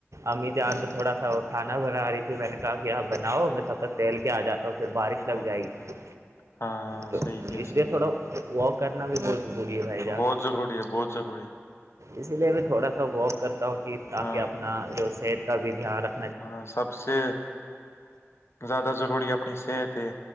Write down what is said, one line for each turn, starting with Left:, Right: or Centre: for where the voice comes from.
Right: امی جان تو تھوڑا سا وہ کھانا بنا رہی تھی میں نے کہا کہ آپ بناؤ میں تب تک تیل کے آ جاتا ہوں پھر بارش لگ
Left: ہاں
Right: جائے گی
Left: ہاں،
Right: تو
Left: صحیح کیا
Right: اس
Left: صحیح
Right: لیے تھوڑا واک کرنا بھی بہت ضروری ہے بھائی جان
Left: بہت ضروری ہے بہت ضروری
Right: اسی لیے میں تھوڑا سا واک کرتا ہوں کہ تاکہ
Left: ہاں
Right: اپنا جو صحت کا بھی دھیان رکھ
Left: ہاں سب سے زیادہ ضروری ہے اپنی صحت ہے